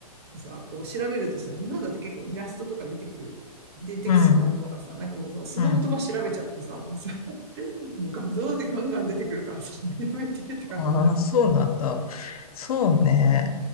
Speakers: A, on the right (about 45°); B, on the left (about 65°).
A: てさ、こう、調べるとさ、日本だと結構イラストとか出てくる、出てきそうなものがさ、
B: うん。
A: なんかもうさ、その言葉調べちゃうとさ、
B: うん。
A: もうさ、<laughs> もう画像でガンガン出てくるからさ、もうやめてって感じになる。
B: ああ、そうなんだ。そうね。